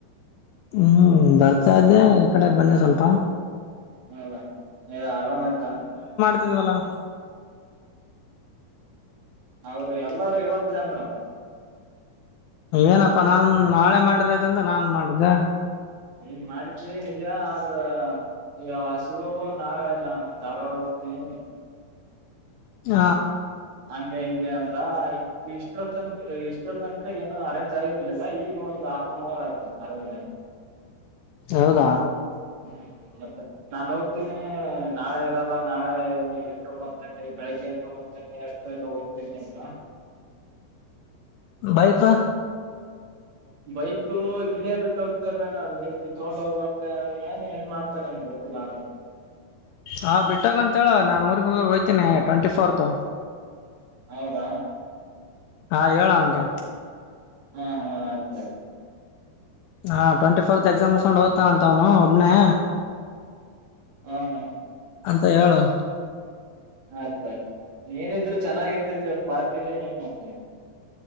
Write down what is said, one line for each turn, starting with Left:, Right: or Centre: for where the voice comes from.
Left: ಹ್ಮ್ ಬರ್ತಾ ಇದ್ದೆ ಈ ಕಡೆ ಬಂದೆ ಸ್ವಲ್ಪ.
Right: ಹೌದಾ ಆರಾಮ ಆಯ್ತಾ.
Left: ಇಲ್ವಲ <unintelligible>
Right: ಅವ್ರು ಎಲ್ಲಾರೂ ಇವತ್ತೇ ಅಂದ್ರಪ.
Left: ಏನಪ ನಾನ್ ನಾಳೆ ಮಾಡಿದ್ರಾತಂಡ್ ನಾನ್ ಮಾಡ್ದೆ
Right: ನೀ ಮಾಡಿದ್ದಿ ನಿಜ ಆದ್ರ ಈಗ ಆಸಿವ್ ನಾಳೆ ನಾನ್ ಧಾರವಾಡ ಹೋಗ್ತೀನಿ
Left: ಹ
Right: ಹಂಗೆ ಹಿಂಗೆ ಅಂದ ಇಷ್ಟ ತನಕ ಇಷ್ಟೊ ತನಕ ಏನು ಅರೇಂಜ್ ಆಗಿರ್ಲಿಲ್ಲ ಈಗ ಒಂದು ಆಫ್ ಆನ್ ಅವರ್ ಆಯ್ತು ಅರೇಂಜ್ ಆಗಿ.
Left: ಹೌದ
Right: ಹ್ಮ್ ಮತ್ತ ನಾನ್ ಹೋಗ್ತೀನಿ ನಾಳೆ ಇರಲ್ಲ ನಾಳೆ ಎಂಟು ಒಂಬತ್ ಗಂಟೆಗೆ ಬೆಳಿಗ್ಗೆ ಎಂಟು ಒಂಬತ್ ಗಂಟೆಗೆ ಅಷ್ಟ್ರಲಿ ಹೋಗ್ತೀನಿ ಅಂದ <unintelligible>
Left: ಬೈಕು
Right: ಬೈಕು ಇಲ್ಲೇ ಬಿಟ್ಟು ಹೋಗ್ತನೇನು ನೀನ್ ತೊಗೊಂಡ್ ಹೋಗುವಂತ ಅಂದ್ನೆನ್ ಏನ್ ಮಾಡ್ತೇನೆಂತ ಗೊತ್ತಿಲ್ಲ ಆದ್ರ.
Left: ಹಾ ಬಿಟ್ಟೋಗ ಅಂತ ಹೇಳ ನಾನ್ ಊರ್ಗ್ ಹೋಗಾಗ್ ಹೊಯ್ತೀನಿ ಟ್ವೆಂಟಿ ಫೋರ್ತ್.
Right: ಹೌದ
Left: ಹ ಹೇಳ್ ಅವನ್ಗೆ.
Right: ಹು ಹು ಅರ್ಥ ಆಯ್ತ್.
Left: ಹಾ ಟ್ವೆಂಟಿ ಫೋರ್ತ್ ಎಕ್ಸಾಮ್ ಉಸ್ಕೊಂಡ ಹೋತ್ ತನಂತ ಅವ್ನು ಒಬ್ನೇ
Right: ಹಾ ಹಾ
Left: ಅಂತ ಹೇಳು
Right: ಆಯ್ತ ಆಯ್ತು ನೀನಿದ್ರು ಚೆನ್ನಾಗಿರ್ತೇತಿವತ್ ಪಾರ್ಟಿಲಿ ಏನ್ ಮಾಡ್ತಿ.